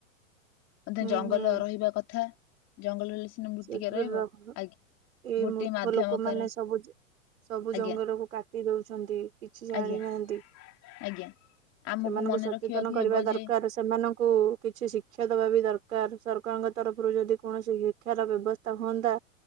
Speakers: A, on the left; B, on the right.
A: ଅଧେ
B: ହୁଁ
A: ଜଙ୍ଗଲ
B: ହୁଁ।
A: ରହିବା କଥା ଜଙ୍ଗଲ ରହିଲେ ସିନା ମୃତ୍ତିକା
B: ସେଥିରେ
A: ରହିବ ଆଜ୍ଞା।
B: ଏଇ
A: ଗୋଟେ
B: ମୂର୍ଖ
A: ମାଧ୍ୟମ
B: ଲୋକମାନେ
A: କାର
B: ସବୁ ସବୁ
A: ଆଜ୍ଞା
B: ଜଙ୍ଗଲକୁ କାଟି ଦଉଛନ୍ତି। କିଛି ଜାଣିନାହାନ୍ତି
A: ଆଜ୍ଞା ଆଜ୍ଞା। ଆମକୁ
B: ସେମାନଙ୍କୁ
A: ମନେ
B: ସଚେତନ
A: ରଖିବାକୁ
B: କରିବା
A: ହେବ
B: ଦରକାର।
A: ଯେ
B: ସେମାନଙ୍କୁ କିଛି ଶିକ୍ଷା ଦବା ବି ଦରକାର ସରକାରଙ୍କ ତରଫରୁ ଯଦି କୌଣସି ଶିକ୍ଷାର ବ୍ୟବସ୍ଥା ହୁଅନ୍ତା